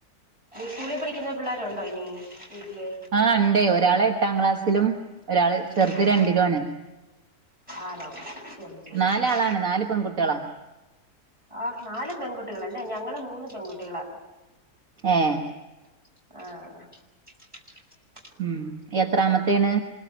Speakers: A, on the right (about 20°); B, on the right (about 60°).
A: സ്കൂളിൽ പഠിക്കുന്ന പിള്ളേരു ഉണ്ടോ ഇനി? വീട്ടില്
B: ആ ണ്ടേ. ഒരാള് എട്ടാം ക്ലാസ്സിലും, ഒരാള് ചെറുത്
A: ആഹ്
B: രണ്ടിലു ആണ്.
A: ആണോ ശരി, ശരി,
B: നാലാളാണ്
A: ശരി.
B: നാല് പെൺകുട്ടികളാ
A: ആഹ് നാല് പെൺകുട്ടികളല്ലേ? ഞങ്ങള് മൂന്ന് പെൺകുട്ടികളാ.
B: ഏഹ്
A: ആഹ
B: ഉം എത്രാമത്തേണ്‌?